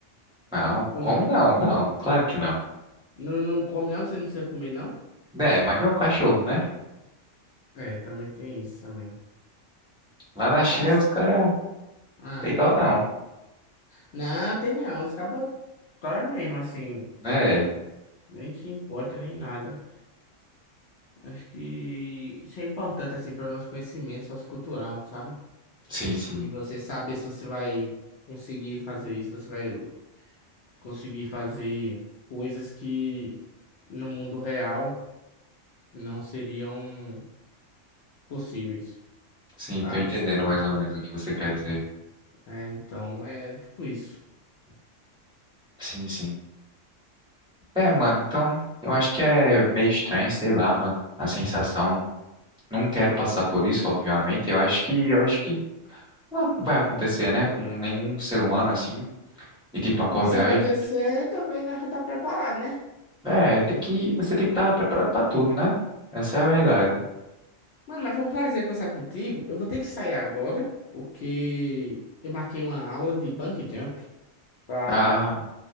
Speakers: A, in the centre; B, on the left.
A: Não,
B: Ou
A: como
B: não?
A: não? Não, claro que não.
B: Não, não come não? Você não precisa comer não?
A: É, mas não é um cachorro, né?
B: É, também tem isso também.
A: Lá na
B: Mas,
A: China os caras
B: ah,
A: tem dó não,
B: não, tem não. Os cabas, cara mesmo, assim,
A: né?
B: nem se importa nem nada. Acho que isso é importante, assim, para o nosso conhecimento sociocultural, sabe?
A: Sim, sim.
B: De você saber se você vai conseguir fazer isso, você vai conseguir fazer coisas que no mundo real não seriam possíveis,
A: Sim,
B: sabe?
A: tô entendendo mais ou menos o que você quer dizer.
B: É, então, é tipo isso.
A: Sim, sim. É, mano, então eu acho que é meio estranho, sei lá, mano, a sensação. Não quero passar por isso, obviamente. Eu acho que eu acho que não vai acontecer, né, com nenhum ser humano assim, e tipo acordar
B: E se acontecer,
A: e
B: também nós já tá preparado, né?
A: é, tem que você tem que estar preparado pra tudo, né? Essa é a
B: É
A: verdade.
B: verdade. Mano, mas foi um prazer conversar contigo. Eu vou ter que sair agora, porque eu marquei uma aula de bungee jump pra
A: Ah,